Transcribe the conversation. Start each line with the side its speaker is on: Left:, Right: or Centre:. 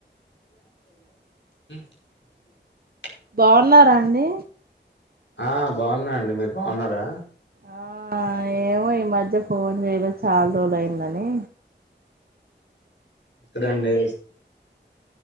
Left: <inaudible>
Right: బాగున్నారా అండి
Left: ఆ బాగున్నా అండి మీరు బాగున్నారా
Right: ఆ ఏమో ఈ మధ్య ఫోన్ చేయలే చాలా రోజులయిందని
Left: ఎక్కడండి